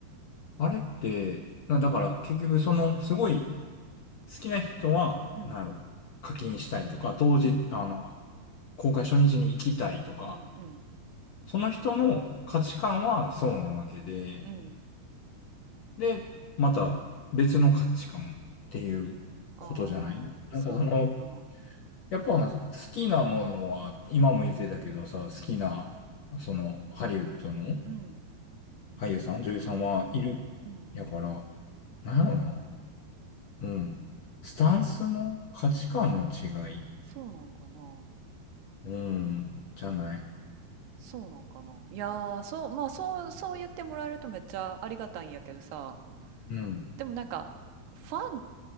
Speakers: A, on the left (about 65°); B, on the right (about 80°).
A: あれって、なだから結局そのすごい好きな人は、
B: うん。
A: なんやろ、課金したいとか、当時、
B: うんうん。
A: あの、公開初日に行きたいとか、
B: うんうん。
A: その人の価値観はそうなわけで、
B: うん。
A: で、また別の価値観っていうことじゃないなんかその、
B: ああー、そうなんかな。
A: やっぱ好きなものは、今も言ってたけどさ、好きな、そのハリウッドの
B: うん。
A: 俳優さん、女優さんはいる。
B: うん。うんうん。
A: やから、なんやろな。うん。スタンスの価値観の違い。
B: そうなんかな。
A: うん。じゃない
B: そうなんかな。いやー、そう、まあそう、そう言ってもらえるとめっちゃありがたいんやけどさ、
A: うん。
B: でもなんか、ファン